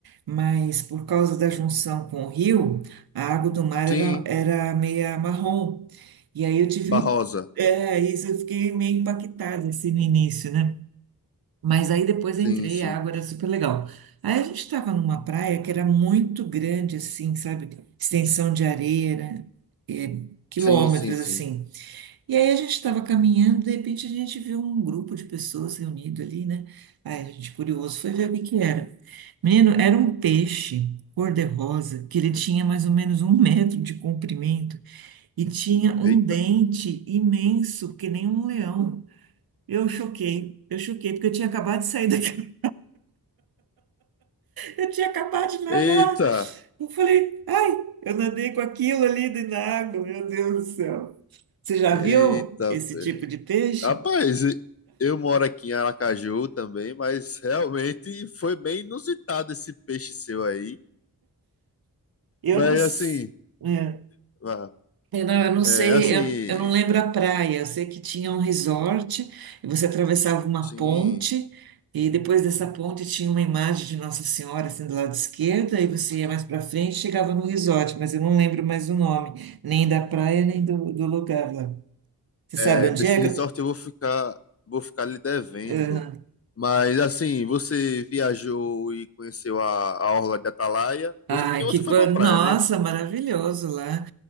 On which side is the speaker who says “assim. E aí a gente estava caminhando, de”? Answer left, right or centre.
Right